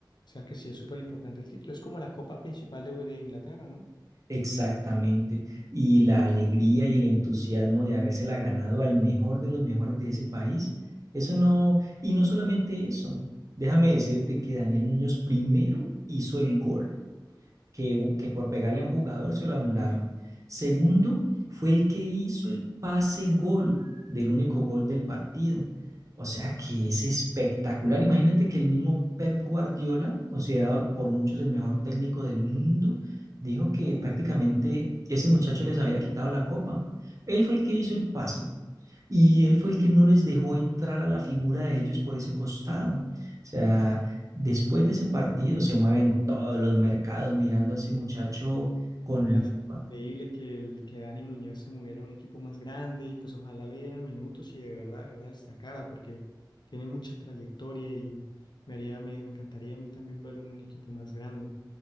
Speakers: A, on the left; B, on the right.
A: sea que sí es súper importante el título. Es como la copa principal de, de Inglaterra, ¿no?
B: Exactamente. Y la alegría y el entusiasmo de habérsela ganado al mejor de los mejores de ese país. Eso no, y no solamente eso. Déjame decirte que Daniel Muñoz primero hizo el gol. que, u- que por pegarle a un jugador se lo anularon. Segundo, fue el que hizo el pase gol del único gol del partido. O sea que es espectacular. Imagínate que el mismo Pep Guardiola, considerado por muchos el mejor técnico del mundo, dijo que prácticamente ese muchacho les había quitado la copa. Él fue el que hizo el pase, y él fue el que no les dejó entrar a la figura de ellos por ese costado. O sea, después de ese partido se mueven todos los mercados mirando a ese muchacho con
A: La-
B: lupa.
A: increíble que, el, que Dani Muñoz se moviera a un equipo más grande y pues ojalá le dieran minutos y de verdad, de verdad destacara porque tiene mucha trayectoria y me haría, me, me encantaría a mí también verlo en un equipo más grande.